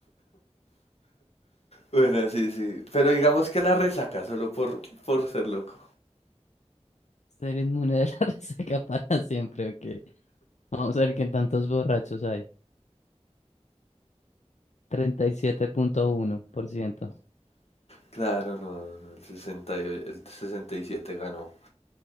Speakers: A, on the left; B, on the left.
A: Bueno, sí, sí. Pero digamos que la resaca solo por, por ser loco.
B: <laughs> Ser inmune de la <laughs> resaca para siempre, ok. Vamos a ver qué tantos borrachos hay. treinta y siete punto uno por ciento
A: Claro, no, no, no, el 68, el 67 ganó.